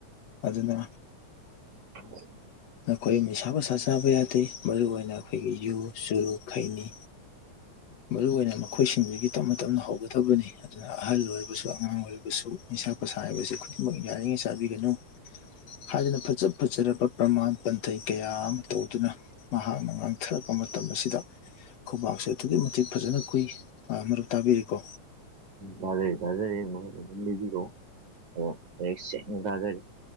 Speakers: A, on the left; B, on the right.
A: ꯑꯗꯨꯅ
B: <inaudible>
A: ꯅꯈꯣꯏ ꯅꯤꯁꯥ ꯄꯁꯥ ꯆꯥꯕ ꯌꯥꯗꯦ ꯃꯔꯨ ꯑꯣꯏꯅ ꯑꯈꯣꯏꯒꯤ ꯌꯨ ꯆꯨꯔꯨꯞ ꯈꯥꯏꯅꯤ ꯃꯔꯨ ꯑꯣꯏꯅ ꯃꯈꯣꯏꯁꯤꯡꯗꯒꯤ ꯇꯞꯅ ꯇꯞꯅ ꯍꯧꯒꯗꯕꯅꯤ ꯑꯗꯨꯅ ꯑꯍꯜ ꯑꯣꯏꯔꯕꯁꯨ ꯑꯉꯥꯡ ꯑꯣꯏꯔꯕꯁꯨ ꯅꯤꯁꯥ ꯄꯁꯥ ꯍꯥꯏꯕꯁꯤ ꯈꯨꯗꯤꯡꯃꯛ ꯌꯥꯔꯤꯉꯩ ꯆꯥꯕꯤꯒꯅꯨ ꯍꯥꯏꯗꯅ ꯐꯖ ꯐꯖꯔꯕ ꯄ꯭ꯔꯃꯥꯟ ꯄꯟꯊꯩ ꯀꯌꯥ ꯑꯃ ꯇꯧꯗꯨꯅ ꯃꯍꯥꯛꯅ ꯉꯥꯡꯊꯔꯛꯄ ꯃꯇꯝ ꯑꯁꯤꯗ ꯈꯨꯕꯥꯛꯁꯦ ꯑꯗꯨꯛꯀꯤ ꯃꯇꯤꯛ ꯐꯖꯅ ꯈꯨꯏ ꯑ ꯃꯔꯨꯞ ꯇꯥꯕꯤꯔꯤꯀꯣ
B: ꯇꯥꯖꯔꯤ ꯇꯥꯖꯔꯤ ꯑꯗꯨꯝ ꯂꯤꯕꯤꯔꯛꯑꯣ ꯑꯥ ꯃꯥꯌꯦꯛ ꯁꯦꯡꯅ ꯇꯥꯖꯔꯤ